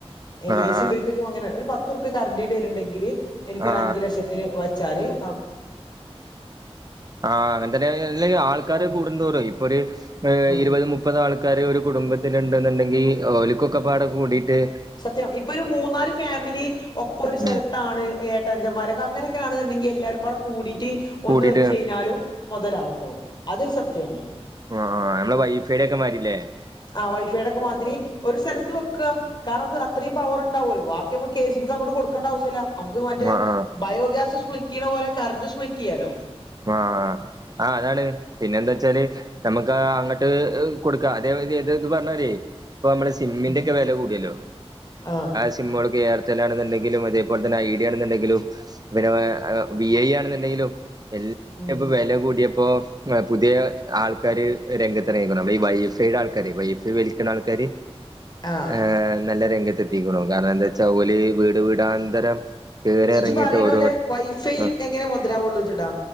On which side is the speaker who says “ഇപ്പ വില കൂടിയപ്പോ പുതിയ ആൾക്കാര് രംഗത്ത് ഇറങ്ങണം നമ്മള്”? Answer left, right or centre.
Right